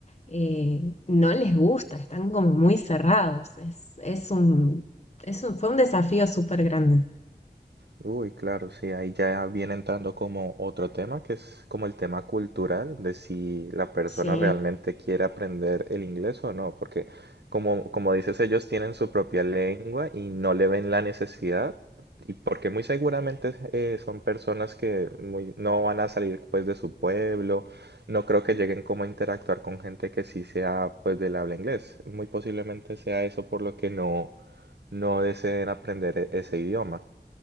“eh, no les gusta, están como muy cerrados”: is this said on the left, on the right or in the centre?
Left